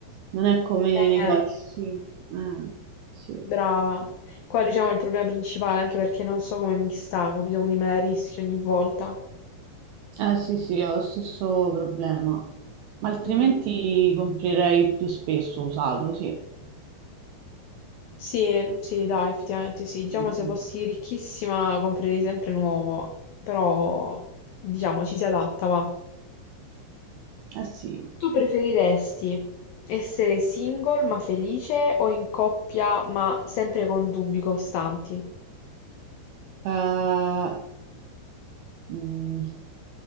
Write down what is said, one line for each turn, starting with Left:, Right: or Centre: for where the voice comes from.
Right: non è come nei
Left: eh,
Right: negozi. sì. Eh, sì.
Left: Brava. Qua, diciamo, è il problema principale, anche perché non so come mi sta, capito? Quindi me la rischio ogni volta.
Right: Eh sì, sì, ho lo stesso problema. Ma altrimenti
Left: Mm.
Right: comprerei più spesso usato, sì.
Left: Sì, sì, dai, effettivamente sì. Diciamo
Right: Mm,
Left: se fossi ricchissima comprerei sempre nuovo, però diciamo ci si adatta, va.
Right: Eh sì.
Left: Tu preferiresti essere single ma felice o in coppia ma sempre con dubbi costanti?
Right: Eh, mm.